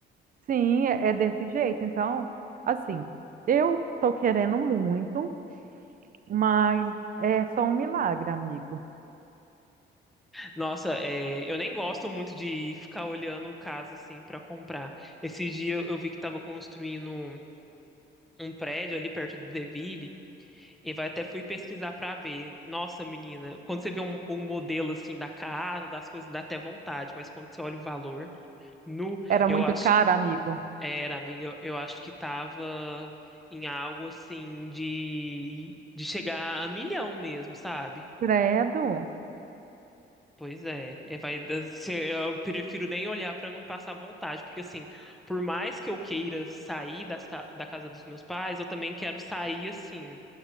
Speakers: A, on the right; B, in the centre.
A: Sim, é, é desse jeito. Então, assim, eu tô querendo muito, mas é só um milagre, amigo.
B: Nossa, é, eu nem gosto muito de ficar olhando o caso assim pra comprar. Esse dia eu vi que tava construindo um prédio ali perto do Deville e vai até fui pesquisar pra ver. Nossa, menina, quando você vê um, um modelo assim da casa, das coisas, dá até vontade, mas quando você olha o valor, nu,
A: Era
B: eu
A: muito
B: acho,
A: caro, amigo.
B: era, amiga, eu, eu acho que tava em algo assim de de chegar a milhão mesmo, sabe?
A: Credo?
B: Pois é, é, vai, da- se- eu prefiro nem olhar pra não passar vontade, porque assim, por mais que eu queira sair das ca- da casa dos meus pais, eu também quero sair assim,